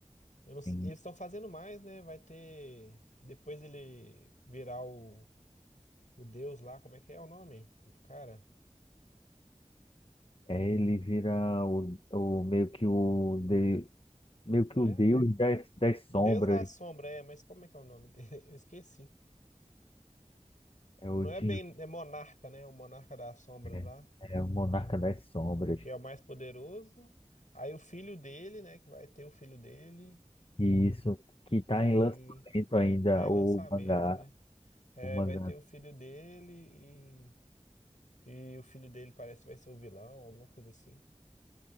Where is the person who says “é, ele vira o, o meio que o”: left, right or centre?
Left